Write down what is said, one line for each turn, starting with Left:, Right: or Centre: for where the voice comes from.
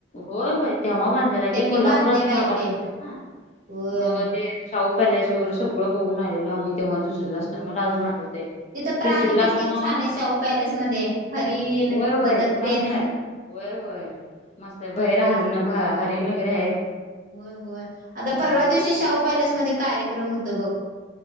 Left: होय होय तेव्हा बांधलेलं
Right: त्यांनी
Left: आहे. ते कोल्हापुरात
Right: बांधलेलं
Left: भागातच
Right: ते
Left: आहे ना
Right: होय
Left: मग ते शाहू पॅलेस वगैरे सगळं बघून आलेलो. आम्ही तेव्हा दुसरीला असताना
Right: होय
Left: मला
Right: होय
Left: अजून आठवतय.
Right: तिथं प्राणी
Left: तिसरीला
Right: तेन
Left: असताना
Right: किती छान!
Left: ना
Right: आहेत. शाहू पॅलेस मध्ये हरीण
Left: होय होय
Right: बदक
Left: मस्त
Right: तेन.
Left: आहे होय होय! मस्त बाहेर हरण हरिण वगैरे आहेत.
Right: होय होय, आता
Left: हम्म
Right: परवा दिवशी शाहू पॅलेस मध्ये कार्यक्रम होत बघ.